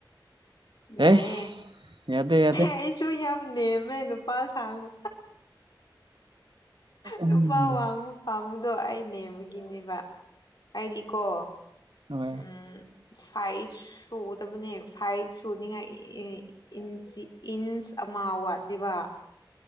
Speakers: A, on the left (about 60°); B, on the right (about 80°).
A: ꯌꯥꯏꯌꯦ
B: ꯑꯦꯁ ꯌꯥꯗꯦ ꯌꯥꯗꯦ
A: ꯑꯁꯨ ꯌꯥ ꯅꯃꯦ ꯅꯨꯄꯥ ꯁꯥꯥꯡꯒ
B: ꯎꯝ
A: ꯅꯨꯄꯥꯥꯎ ꯋꯥꯉ ꯄꯥꯝ ꯑꯗꯣ ꯑꯩ ꯅꯦꯝꯕꯒꯤꯅꯦꯕ ꯑꯩꯗꯤꯀꯣ
B: ꯍꯣꯏ
A: ꯎꯝ ꯐꯥꯏꯚ ꯁꯨꯗꯕꯅꯦ ꯐꯥꯏꯚ ꯁꯨꯅꯤꯡꯉꯥꯏ ꯏꯟꯁ ꯑꯃ ꯋꯥꯠꯂꯤꯕ